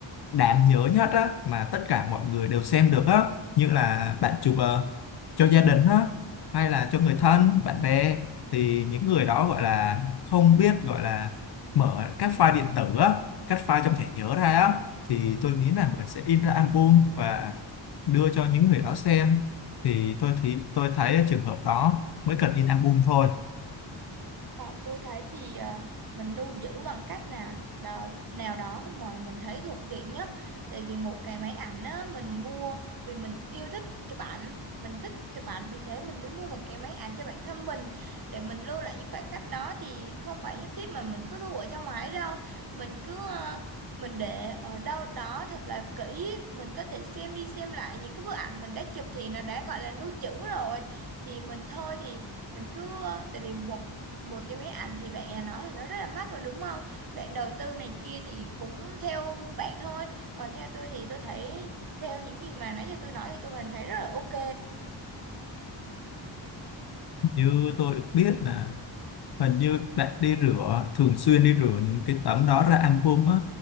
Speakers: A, on the left; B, on the right.
A: đáng nhớ nhất á mà tất cả mọi người đều xem được á như là bạn chụp ờ, cho gia đình á hay là cho người thân bạn bè thì những người đó gọi là không biết gọi là mở các file điện tử á các file trong thẻ nhớ ra á thì tôi nghĩ là mình sẽ in ra album và đưa cho những người đó xem thì tôi thì tôi thấy trường hợp đó mới cần in album thôi
B: Còn tôi thấy thì ờ, mình lưu giữ bằng cách nào đó, nào đó mà mình thấy thuận tiện nhất. Tại vì một cái máy ảnh á, mình mua vì mình yêu thích chụp ảnh, mình thích chụp ảnh vì thế mình cứ mua một cái máy ảnh cho bản thân mình để mình lưu lại những khoảnh khắc đó thì không phải nhất thiết mà mình cứ lưu ở trong máy đâu. Mình cứ ờ, mình để ở đâu đó thật là kỹ, mình có thể xem đi xem lại những cái bức ảnh mình đã chụp thì nó đã gọi là lưu trữ rồi. Thì mình thôi thì mình cứ ờ, tại vì một một cái máy ảnh thì bạn đã nói là nó rất là mắc rồi đúng không bạn đầu tư này kia thì cũng theo bạn thôi còn theo tôi thì tôi thấy theo những gì mà nãy giờ tôi nói thì tôi vẫn thấy rất là ok
A: như tôi được biết là và như bạn đi rửa thường xuyên đi rửa những cái tấm đó ra album á